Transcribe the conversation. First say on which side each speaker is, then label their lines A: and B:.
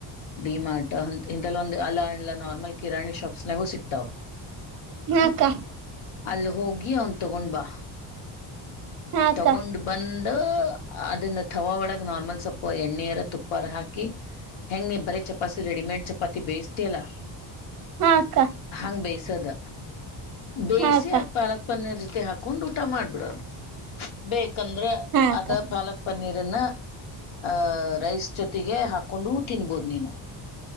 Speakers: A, on the left; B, on the right.
A: D mart ಹಿಂತಲಿ ಒಂದ ಅಲ್ಲ ಈಲ್ಲ ನಾರ್ಮಲ್ ಕಿರಾಣಿ ಶಾಪ್ಸ್ ನಾಗು ಸಿಕ್ ಕ್ತಾವ
B: ಹಾ ಅಕ್ಕಾ.
A: ಅಲ್ಲಿ ಹೋಗಿ ಅವನ್ ತಗೊಂಡ್ಬಾ
B: ಹಾ ಅಕ್ಕ ಹಾ ಅಕ್ಕ
A: ತಗೊಂಡ್ ಬಂದ ಅದನ್ನ ತವಾ ಒಳಗ ನಾರ್ಮಲ್ ಸ್ವಲ್ಪ ಎಣ್ಣಿಯರ ತುಪ್ಪಾಅರಾ ಹಾಕಿ ಹೆಂ ನೀ ಬರೆ ಚಪಾತಿ ರೆಡಿಮೇಡ್ ಚಪಾತಿ ಬೇಯಿಸ್ಟೀಯಲ್ಲಾ
B: ಹಾ ಹಾ ಅಕ್ಕಾ
A: ಹಂಗ್ ಬೇಯ್ಸದ ಬೇಯಿಸಿ
B: ಅಕ್ಕ ಹಾ ಅಕ್ಕ
A: ಪಾಲಕ್
B: ಹಾ
A: ಪನ್ನೀರ್ ಜೊತೆ ಹಾಕೊಂಡ್ ಊಟ ಮಾಡಿಬಿಡೋದ ಬೇಕಂದ್ರೆ
B: ಅಕ್ಕ
A: ಅದ ಪಾಲಕ್ ಪನ್ನಿರನ್ನ ಅಹ ರೈಸ್ ಜೊತೆಗೆ ಹಾಕೊಂಡು ತಿನ್ಬೋದ ನೀನು